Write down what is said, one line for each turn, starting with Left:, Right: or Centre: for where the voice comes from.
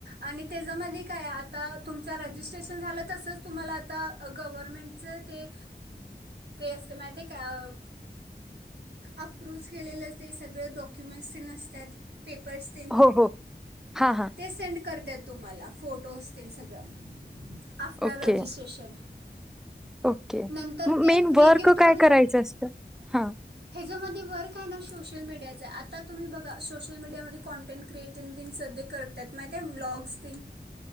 Right: आणि त्याच्यामध्ये काय आता तुमच रजिस्ट्रेशन झालं तसंच तुम्हाला आता गव्हर्मेंटच ते ते असते माहि काय अप्रुव केलेलं ते सगळं डॉक्युमेंटस ते नसतात पेपर्सतीलन
Centre: हो हो हां हां
Right: ते संड कर करते तुम्हाला फोटो असतील सगळं आफ्टर
Centre: ओके
Right: रजिस्ट्रेशन
Centre: ओके
Right: नंतर
Centre: मग
Right: ते
Centre: मेन
Right: फ्री
Centre: वर्क
Right: गिप्ट
Centre: काय
Right: मध्ये
Centre: करायचं असतं हां
Right: हेच्या मध्ये वर काय ना शोष सोशल मीडियाच आहे आता तुम्ही बघा सोशल मीडियामध्ये कॉन्टेट क्रिएटन दिन सध्या करतात माहित आहे ते ब्लॉग्स तेन